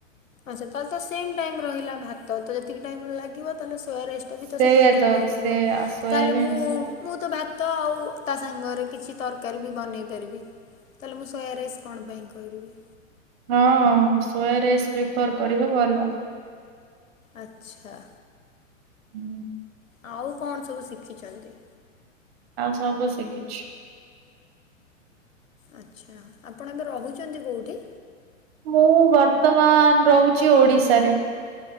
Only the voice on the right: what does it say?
ସେଇଆ
ସେଇଆ ସୋୟାବିନ୍ସ
ହଁ ସୋୟ ରାଇସ୍ ପ୍ରିଫର୍ କରିବ ଭଲ।
ହୁ
ଆଉ ସବୁ ଶିଖିଛି।
ମୁଁ ବର୍ତ୍ତମାନ ରହୁଛି ଓଡିଶାରେ।